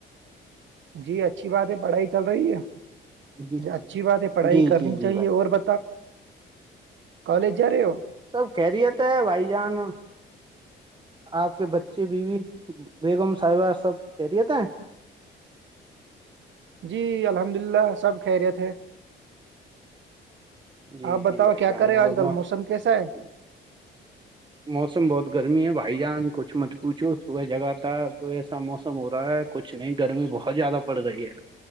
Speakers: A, on the right; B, on the right.
A: جی اچھی بات ہے پڑھائی چل رہی ہے
B: جی
A: اچھی بات ہے پڑھائی
B: جی
A: کرنی
B: جی جی
A: چاہیے
B: بھائی جان
A: اور ب کالج جا رہے ہو
B: سب کہہ رہی تھا ہے بھائی جان آپ کے بچے بیوی بیگم صاحبہ سب خیریت ہیں
A: جی الحمد اللہ سب خیریت ہے
B: جی
A: آپ بتاؤ
B: جی بھائی
A: کیا
B: جان
A: کر رہے
B: اور
A: آج کل موسم کیسا ہے
B: <inaudible> موسم بہت گرمی ہے بھائی جان کچھ مت پوچھو صبح جگاتا تو ایسا موسم ہو رہا ہے کچھ نہیں گرمی بہت زیادہ پڑ رہی ہے